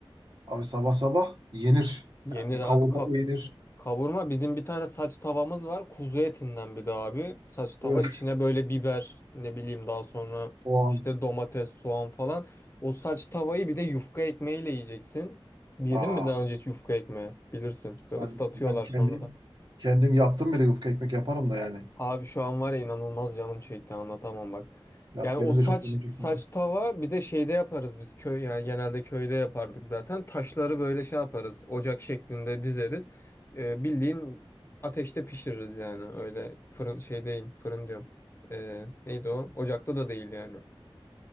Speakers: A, on the right (about 50°); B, on the left (about 25°).
A: abi sabah sabah yenir
B: Yenir
A: yani
B: abi.
A: kavurma
B: Ka-
A: da yenir
B: kavurma bizim bir tane saç tavamız var. Kuzu etinden bir de abi. Saç tava
A: böyle
B: içine böyle biber ne bileyim daha sonra
A: soğan
B: işte domates, soğan falan. O saç tavayı bir de yufka ekmeğiyle yiyeceksin. Yedin
A: aa
B: mi daha önce hiç yufka ekmeği? Bilirsin. Ve
A: ben,
B: ıslatıyorlar
A: ben kendim
B: sonradan.
A: kendim yaptım bile yufka ekmek yaparım da yani.
B: Abi şu an var ya inanılmaz canım çekti anlatamam bak.
A: Ya
B: Yani
A: benim
B: o saç
A: de çok canım çekti.
B: saç tava bir de şeyde yaparız biz köy yani genelde köyde yapardık zaten. Taşları böyle şey yaparız ocak şeklinde dizeriz. Ee, bildiğin ateşte pişiririz yani öyle fırın şey değil fırın diyorum. Ee, neydi o? Ocakta da değil yani.